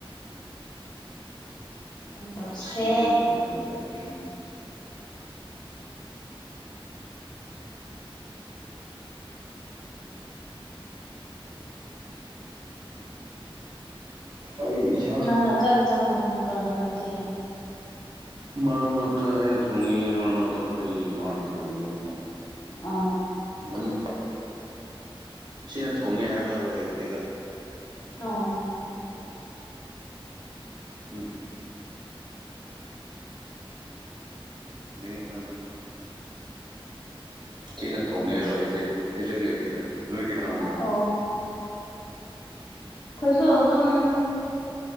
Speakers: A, on the left; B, on the right.
A: ꯑꯗꯨꯝ ꯇꯧꯁꯦ
B: ꯏꯁꯃꯂꯤꯡ ꯍꯌꯅꯤ ꯆꯖ ꯐ ꯑꯩꯁ
A: ꯀꯅꯥꯅ ꯆꯥꯛ ꯌꯦꯟꯁꯥꯡ ꯊꯣꯡꯕ꯭ꯔꯥ ꯅꯈꯣꯏꯗꯤ
B: ꯃꯔꯛ ꯃꯔꯛꯇ ꯑꯩꯅ ꯊꯣꯡꯉꯤ ꯃꯔꯛ ꯃꯔꯛꯇ ꯑꯩꯈꯣꯏ ꯏꯃꯥꯅ ꯊꯣꯡꯉꯤ ꯀꯣ
A: ꯑꯥ
B: ꯑꯗꯨꯝ ꯁꯤꯅ ꯊꯣꯡꯉꯦ ꯍꯥꯏꯕ ꯂꯩꯇꯦꯗ
A: ꯑ
B: ꯎꯝ ꯃꯤꯅꯤ ꯈꯅꯗꯤ ꯊꯤꯅ ꯊꯣꯡꯉꯦ ꯍꯥꯏꯕ ꯑꯦꯛ ꯑꯦꯖꯦꯛ ꯂꯩꯇꯦꯗ ꯅꯣꯏꯗꯤ ꯀꯅꯥꯅꯥꯅꯣ
A: ꯑꯣ ꯑꯩꯈꯣꯏꯁꯨ ꯑꯗꯨꯝ